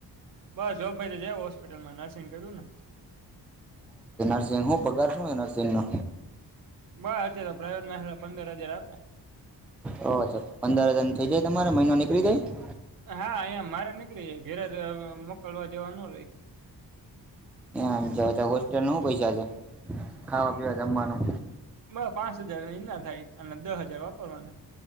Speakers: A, on the right (about 60°); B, in the centre.
A: બસ જો ભાઈ તો જવ હોસ્પિટલમાં નર્સિંગ કર્યું ને.
B: શેહુ પગાર? શું છે નર્સિંગનો
A: બસ અ તો પ્રાઈવેટમાં પંદર હજાર આ
B: ઓછ પંદર હજાર ન થઇ જાય તમારો મહિનો નીકળી જાય?
A: હા, અહીંયા મારે નીકળી જાય ઘેરેજ મોકલવા જવાનું રેય.
B: એમ જવા હોસ્ટેલ ન પૈસા છે ખાવા પીવા જમવાનું.
A: માં પાંચ હજારની ના થાય અને દસ હજાર વાપરવાના.